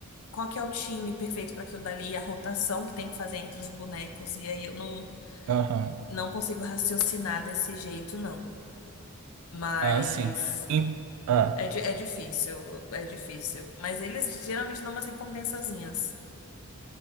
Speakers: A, on the left; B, on the right.
A: Qual que é o time perfeito para aquilo dali, a rotação que tem que fazer entre os bonecos, e aí eu não,
B: <laughs> Aham.
A: não consigo raciocinar desse jeito, não. Mas
B: Ah, sim. Em- ah.
A: é, di- é difícil, é difícil. Mas eles geralmente dão umas recompensazinhas.